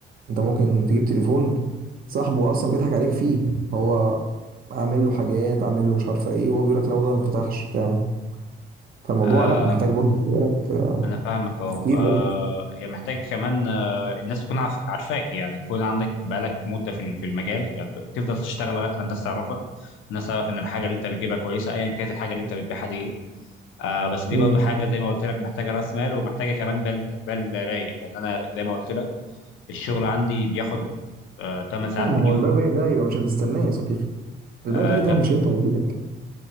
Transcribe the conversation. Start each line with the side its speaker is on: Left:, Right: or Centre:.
Right: انت ممكن تجيب تليفون صاحبه اصلا بيضحك عليك فيه هو عامل له حاجات عامل له مش عارفه ايه وهو بيقول لك لا والله ده ما اتفتحش بتاع فالموضوع
Left: آه
Right: لا محتاج برضه
Left: مم.
Right: خلي بالك آه،
Left: انا فاهمك اه
Right: تفكير
Left: آه،
Right: برضه
Left: هي محتاجه كمان آه الناس تكون عارف- عارفاك يعني تكون عندك بقالك مده في ال- في المجال يعني ت- تفضل تشتغل لغايه ما الناس تعرفك الناس تعرف ان الحاجه اللي انت بتجيبها كويسه ايا كانت الحاجه اللي انت بتبيعها دي ايه آه بس دي
Right: امم
Left: برضو حاجه زي ما قلت لك محتاجه راس مال ومحتاجه كمان بال بال رايق لان انا زي ما قلت لك الشغل عندي بياخد آه 8 ساعات
Right: لا ما
Left: من
Right: هو البال الرايق ده يبقى مش هتستناه يا صديقي البال
Left: يومي
Right: الرايق ده مش هينفع يجيلك